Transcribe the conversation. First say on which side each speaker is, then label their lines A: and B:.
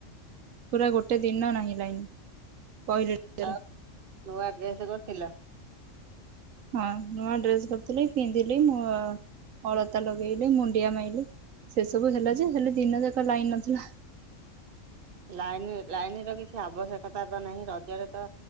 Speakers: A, on the right (about 85°); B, on the right (about 45°).
A: ପୁରା ଗୋଟେ ଦିନ ନାହିଁ ଲାଇନ କହିଲେ ଟିଚର।
B: ଆଉ ନୂଆ ଡ୍ରେସ୍ କରିଥିଲ?
A: ହଁ ନୂଆ ଡ୍ରେସ କରିଥିଲି ପିନ୍ଧିଲି ମୁଁ ଅଳତା ଲଗେଇଲେ ମୁଣ୍ଡିଆ ମାଇଲି ସେ ସବୁ ହେଲା ଯେ ହେଲେ ଦିନ ଯାକ ଲାଇନ୍ ନଥିଲା। <unintelligible>
B: ଲାଇନି ଲାଇନି ର କିଛି ଆବଶ୍ୟକତା ତ ନାହିଁ ରଜରେ ତ